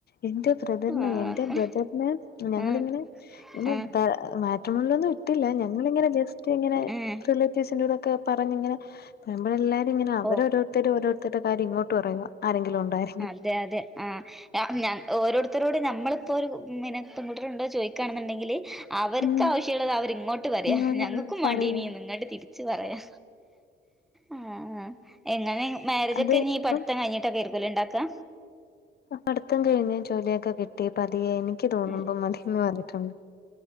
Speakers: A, on the left; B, in the centre.
A: എന്റെ ബ്രദറിനേ
B: ആഹ്
A: എൻ്റെ ബ്രദർ ന്നേ ഞങ്ങളിങ്ങനെ
B: ആഹ്
A: ഇങ്ങനെ
B: ആഹ്
A: ബാ മാട്രിമോണീലൊന്നും ഇട്ടില്ല ഞങ്ങളിങ്ങനെ ജസ് റ്റിങ്ങനെ
B: ആഹ്
A: റിലേറ്റീവ്സിൻ്റോടൊക്കെ പറഞ്ഞിങ്ങനെ നമ്മളെല്ലാരു ഇങ്ങനെ അവരോരോരുത്തരും
B: ഓ
A: ഓരോ റ്റത്തെ കാര്യം ഇങ്ങോട്ട് പറയുവാ ആരെങ്കിലും ഉണ്ടായ
B: അതെയതെ ആഹ് അ ഉം ഞാൻ ഓരോരുത്തരോട് ഞമ്മളിപ്പോ ഒരു പിന്നെ പെൺകുട്ടര്ണ്ടോ ചോയിക്കാണെന്ന്ണ്ടെങ്കില് അവര്ക്കാവശ്യുള്ളത്
A: ഉം
B: അവരിങ്ങോട്ട് പറയാ
A: ആഹ്
B: ഞങ്ങക്കും
A: പറയും
B: വാണ്ടീനീന്നിങ്ങട്ട് തിരി ച്ച് പറയാ ആഹ് ആഹ് എങ്ങനെയിങ്ങ് മാരേജൊക്കെ
A: അത്
B: ഇനീ
A: ഇപ്പം
B: പഠിത്തം കഴിഞ്ഞിട്ടൊക്കേരിക്കുവല്ലേ ഇണ്ടാക്കാ
A: പഠിത്തം കഴിഞ്ഞ് ജോലിയൊക്കെ കിട്ടി പതിയെ എനിക്ക് തോന്നുമ്പം
B: ഉം
A: മതീന്ന് പറഞ്ഞിട്ടുണ്ട്